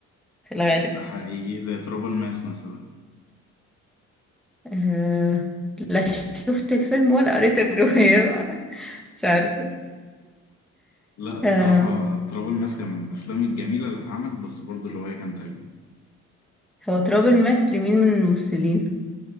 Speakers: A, in the centre; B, on the left.
A: في الغالب
B: ده حقيقي زي تراب الماس مثلا
A: أه لا شفت الفيلم ولا قريت الرواية <laughs> مش عارفة
B: لا الصراحة
A: أه
B: تراب الماس كان من الأفلام الجميلة اللي اتعملت بس برضو الرواية كانت أجمل
A: هو تراب الماس لمين من الممثلين